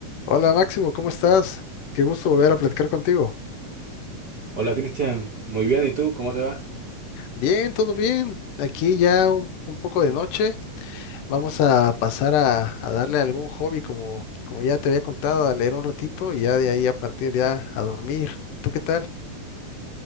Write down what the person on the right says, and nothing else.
Hola Cristian, muy bien, ¿y tú? ¿Cómo te va?